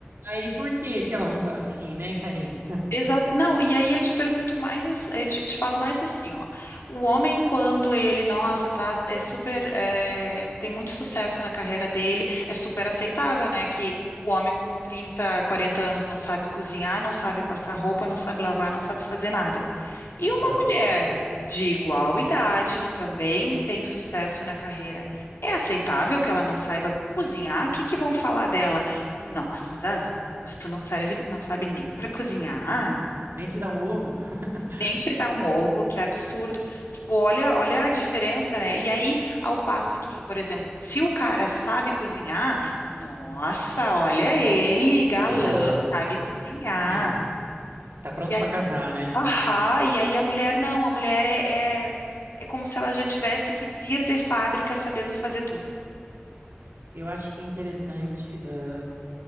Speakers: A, on the right (about 70°); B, on the left (about 80°).
A: Aí por que que ela não tá afim, né, carinha?
B: Exato. Não, e aí eu te pergunto mais, ass- eu te, te falo mais assim, ó. O homem, quando ele, nossa, tá, é super, é, tem muito sucesso na carreira dele, é super aceitável, né? Que o homem com 30, 40 anos não sabe cozinhar, não sabe passar roupa, não sabe lavar, não sabe fazer nada. E
A: Aham.
B: uma mulher de igual idade, que também tem sucesso na carreira, é aceitável que ela não saiba cozinhar? O que que vão falar dela? Nossa, mas tu não serve, não sabe nem para cozinhar?
A: Nem fritar um ovo? <laughs>
B: Nem fritar um ovo, que absurdo. Tipo, olha, olha a diferença, né? E aí, ao passo que, por exemplo, se o cara sabe cozinhar, nossa, olha ele, galã,
A: Aham.
B: sabe cozinhar.
A: Sim. Tá pronto
B: E aí,
A: pra casar, né?
B: ahá, e aí a mulher não, a mulher é, é, é como se ela já tivesse que vir de fábrica sabendo fazer tudo.
A: Eu acho que é interessante. ah,